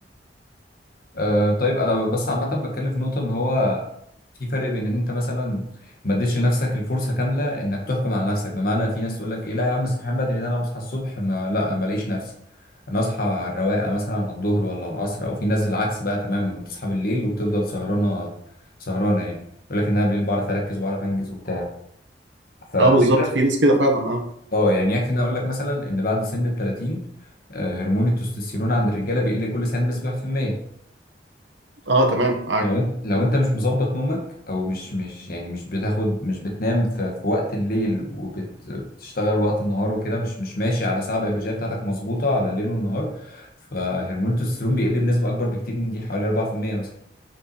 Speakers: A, on the left; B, on the right.
A: أه طيب انا بس عامه بتكلم في نقطه ان هو في فرق بين ان انت مثلا ما اديتش لنفسك الفرصه كامله انك تحكم على نفسك بمعنى في ناس تقول لك ايه لا يا عم صحيان بدري ده انا بصحى الصبح ما لا ما بلاقيش نفسي انا اصحى على الرواقه مثلا على الظهر ولا على العصر او في ناس العكس بقى تماما بتصحى بالليل وبتفضل سهرانه سهرانه يعني يقول لك ان انا بالليل بعرف اركز وبعرف انجز وبتاع فالفكره
B: اه بالظبط في ناس كده فعلا اه
A: اه يعني يكفي ان انا اقول لك مثلا ان بعد سن ال 30 آه، هرمون التستوستيرون عند الرجاله بيقل كل سنه بنسبه 1%
B: اه تمام عارف
A: لو انت لو انت مش مظبط نومك او مش مش يعني مش بتاخد مش بتنام في, في وقت الليل وبتشتغل وقت النهار وكده مش مش ماشي على ساعة بيولوجية بتاعتك مظبوطة على الليل والنهار فهرمون التستوستيرون بيقل بنسبة اكبر بكتير من دي حوالي 4% مثلا